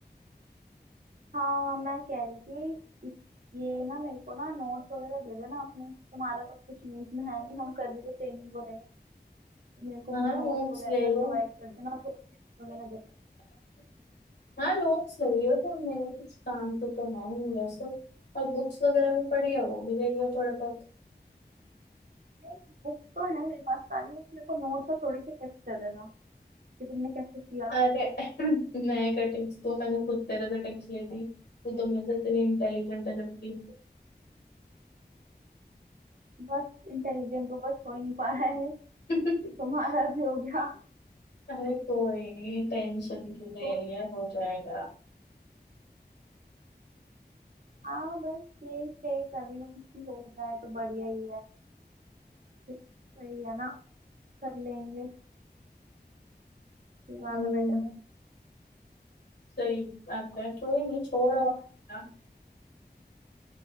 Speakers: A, on the right (about 55°); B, on the left (about 80°).
A: हाँ मैं कह रही थी इस ये ना मेरे को ना नोट्स वगैरह दे देना अपने तुम्हारा तो कुछ यूज में है नहीं हम कर भी तो सेम ही हो रहे हैं तो मेरे को
B: हाँ
A: अपना नोट्स
B: नोट्स
A: वगैरह
B: ले लो
A: प्रोवाइड कर देना थोड़ी टिप्स वगैरह दे
B: हाँ नोट्स ले लियो तो मेरे कुछ काम के तो है नहीं वैसे और बुक्स वगैरह भी पड़ी है वो भी ले लियो थोड़ा बहुत
A: देना नहीं बुक्स तो है मेरे पास सारी बस मेरे को नोट्स और थोड़ी सी टिप्स दे देना कि तुमने कैसे किया
B: अरे <laughs> मैं क्या टिप्स तो मैंने खुद तेरे से टिप्स ली थी तू तो मेरे से इतनी इंटेलिजेंट है जबकि
A: बस इंटेलिजेंट हो बस हो ही नहीं पा रहा है
B: <laughs>
A: तुम्हारा भी हो गया
B: अरे कोई नहीं टेंशन क्यों ले
A: तो
B: रही है हो जाएगा
A: हाँ बस यही प्रे कर रही हूँ कि हो जाए तो बढ़िया ही है सही है ना कर लेंगे तो ज्यादा
B: हम्म
A: बेटर है
B: सही बात है कोई नहीं छोड़ो
A: और
B: हाँ,